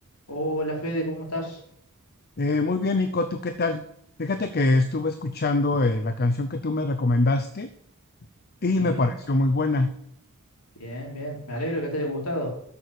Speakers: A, on the left; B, on the left.
A: Hola Fede, ¿cómo estás?
B: Eh, muy bien, Nico, ¿tú qué tal? Fíjate que estuve escuchando eh, la canción que tú me recomendaste y
A: Sí,
B: me pareció muy buena.
A: bien, bien. Me alegro que te haya gustado.